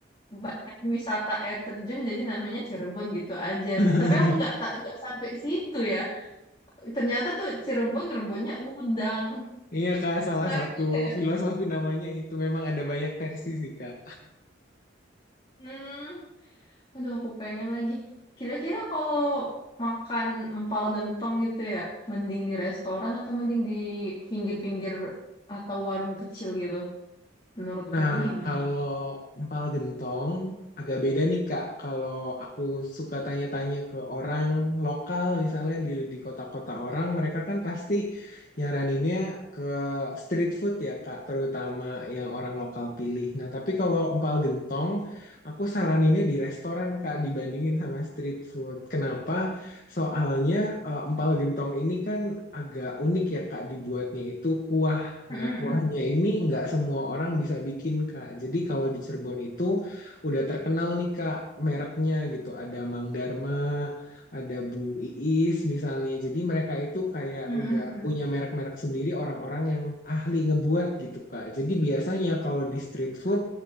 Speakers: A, on the left; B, on the left.
A: banyak wisata air terjun jadi namanya Cirebon gitu aja.
B: <laughs>
A: Tapi aku nggak tak nggak sampai situ ya. Ternyata tuh Cirebon rebonnya udang.
B: Iya, Kak, salah
A: Menarik
B: satu
A: juga ya
B: filosofi
A: ternyata.
B: namanya itu memang ada banyak versi sih, Kak.
A: Hmm. Aduh, aku pengen lagi. Kira-kira kalau makan empal gentong gitu ya, mending di restoran atau mending di pinggir-pinggir atau warung kecil gitu? Menurut
B: Nah,
A: kamu gimana?
B: kalau empal gentong agak beda nih Kak. Kalau aku suka tanya-tanya ke orang lokal misalnya di di kota-kota orang, mereka kan pasti nyaraninnya ke street food ya Kak, terutama yang orang lokal pilih. Nah, tapi kalau empal gentong, aku saraninnya di restoran Kak dibandingin sama street food. Kenapa? Soalnya eh, empal gentong ini kan agak unik ya Kak dibuatnya itu kuah Nah,
A: Mm-mm-mm.
B: kuahnya ini nggak semua orang bisa bikin, Kak. Jadi kalau di Cirebon itu udah terkenal nih, Kak, mereknya gitu. Ada Mang Dharma, ada Bu Iis misalnya. Jadi mereka itu kayak
A: Mm-mm-mm.
B: udah punya merek-merek sendiri orang-orang yang ahli ngebuat gitu, Kak. Jadi biasanya kalau di street food